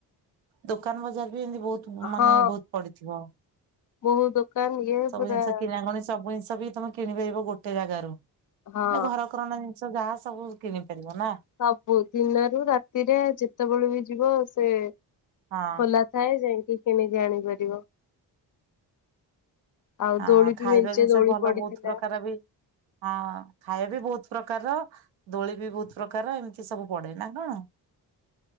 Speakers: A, on the right; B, on the left.
A: ଦୋକାନ ବଜାର ବି ଏମତି ବହୁତ ମାନେ
B: ହଁ
A: ବହୁତ ପଡିଥିବ
B: ବହୁ ଦୋକାନ ଇଏ
A: ସବୁ
B: ପୁରା
A: ଜିନିଷ କିଣାକଣି ସବୁ ଜିନିଷ ବି ତମେ କିଣିପାରିବ ଗୋଟେ ଜାଗାରୁ।
B: ହଁ
A: ନା ଘର କରନା ଜି ଯାହା ସବୁ କିଣି ପାରିବ ନା
B: ସବୁ ଦିନରୁ ରାତିରେ ଯେତେବେଳେ ବି ଯିବ ସେ।
A: ହଁ।
B: ଖୋଲା ଥାଏ ଯାଇ କି କିଣିକି ଆଣିପାରିବ? ଆଉ
A: ହଁ
B: ଦୋଳି
A: ଖାଇବା
B: ବି ମେଞ୍ଚେ
A: ଜିନିଷ
B: ଦୋଳି
A: ବି ଭଲ
B: ପଡିଥିଲା।
A: ବହୁତ ପ୍ରକାର ବି ହଁ ଖାଇବା ବି ବହୁତ ବହୁତ ପ୍ରକାର ଦୋଳି ବି ବହୁତ ପ୍ରକାର ଏମିତି ସବୁ ପଡେ ନା କଣ?